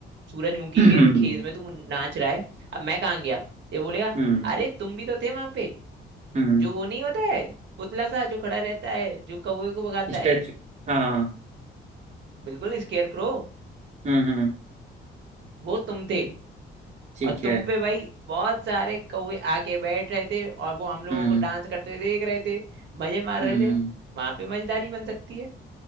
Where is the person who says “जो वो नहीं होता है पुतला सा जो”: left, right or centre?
Right